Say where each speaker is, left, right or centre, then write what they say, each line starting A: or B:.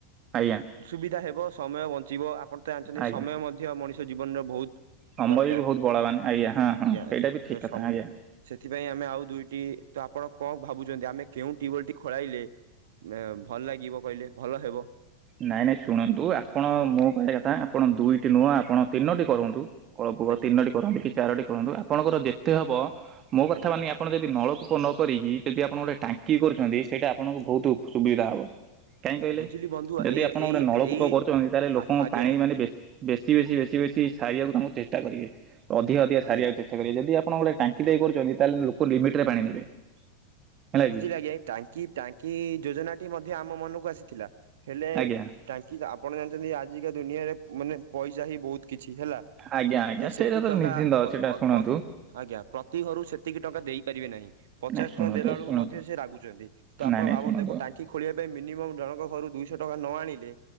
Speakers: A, on the right; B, on the right.
A: ଆଜ୍ଞା।
B: ସୁବିଧା ହେବ ସମୟ ବଞ୍ଚିବ ଆପଣ ତ ଜାଣିଛନ୍ତି
A: ଆଜ୍ଞା
B: ସମୟ ମଧ୍ୟ ମଣିଷ ଜୀବନର ବହୁତ
A: ସମୟ
B: ଦରକାର।
A: ବି ବହୁତ ବଳବାନ ଆଜ୍ଞା ହଁ ହଁ ସେଇଟା
B: ଆଜ୍ଞା
A: ବି
B: ତ
A: ଠିକ୍ କଥା
B: ସମ
A: ଆଜ୍ଞା।
B: ସେଥିପାଇଁ ଆମେ ଆଉ ଦୁଇଟି ତ ଆପଣ କଣ ଭାବୁଛନ୍ତି ଆମେ କେଉଁ ଟିିଉବଲ ଟି ଖୋଳାଇଲେ ଭଲ ଲାଗିବ କହିଲେ ଭଲ ହେବ।
A: ନାଇଁ ନାଇଁ ଶୁଣନ୍ତୁ ଆପଣ ମୁଁ କହିବା କଥା ଆପଣ ଦୁଇଟି ନୁହଁ ଆପଣ ତିନୋଟି କରନ୍ତୁ। ନଲକୂପ
B: ଆଜ୍ଞା
A: ତିନୋଟି କରନ୍ତୁ କି ଚାରୋଟି କରନ୍ତୁ ଆପଣଙ୍କର ଯେତେ ହବ ମୋ କଥା
B: ଆଜ୍ଞା।
A: ମାନି ଆପଣ ଯଦି ନଳକୂପ ନ କରିକି ଯଦି ଆପଣ ଗୋଟେ ଟାଙ୍କି କରୁଛନ୍ତି ସେଇଟା ଆପଣଙ୍କୁ ବହୁତ ଉ ସୁବିଧା ହବ। କାହିଁକି କହିଲେ
B: ବୁଝିଲି ବନ୍ଧୁ
A: ଯଦି
B: ଏଇ
A: ଆପଣ
B: ଏଇ
A: ଗୋଟେ ନଳକୂପ
B: ଏଇ
A: କରୁଛନ୍ତି ତାହେଲେ
B: ଆଜ୍ଞା
A: ଲୋକଙ୍କ ପାଣି ମାନେ ବେଶୀ ବେଶୀ ବେଶୀ ବେଶୀ ବେଶୀ ସାରିବାକୁ ତାଙ୍କୁକୁ ଚେଷ୍ଟା କରିବେ ଅଧିକା ଅଧିକା
B: ଆଜ୍ଞା।
A: ସାରିବାକୁ ଚେଷ୍ଟା ଯଦି ଆପଣ ଗୋଟେ ଟାଙ୍କି ଦେଇଛନ୍ତି ତାହେଲେ ଲୋକ ଲିମିଟ୍ ରେ ପାଣି ନେବେ। ହେଲା
B: ବୁଝିଲି
A: କି
B: ଆଜ୍ଞା ଟାଙ୍କି ଟାଙ୍କି ଯୋଜନା ଟି ମଧ୍ୟ ଆମ ମନକୁ ଆସିଥିଲା ହେଲେ
A: ଆଜ୍ଞା
B: ଟାଙ୍କି ଆପଣ ଜାଣିଛନ୍ତି ଆଜିକା ଦୁନିଆରେ ମାନେ ପଇସା ହି ବହୁତ କିଛି ହେଲା।
A: ଆଜ୍ଞା ଆଜ୍ଞା
B: ତ
A: ସେଇଟା
B: ସେତେକି ଟଙ୍କା
A: ନିଶ୍ଚିନ୍ତ
B: ପ
A: ସେଇଟା
B: ପ
A: ଶୁଣନ୍ତୁ
B: ପ ଆଜ୍ଞା, ପ୍ରତି ଘରୁ ସେତିକି ଟଙ୍କା ଦେଇପାରିବେ ନାହିଁ ପଚାଶ
A: ନାଇଁ ଶୁଣନ୍ତୁ
B: ଟଙ୍କା ଦେଲା ବେଳକୁ
A: ଶୁଣନ୍ତୁ
B: ମଧ୍ୟ ସେ ରାଗୁଛନ୍ତି। ତ ଆପଣ
A: ନାଇଁ ନାଇଁ
B: ଭାବନ୍ତୁ
A: ଶୁଣନ୍ତୁ
B: ଟାଙ୍କି ଖୋଳିବା ମିନିମମ୍ ଜଣଙ୍କ ଘରୁ ଦୁଇଶହ ଟଙ୍କା ନ ଆଣିଲେ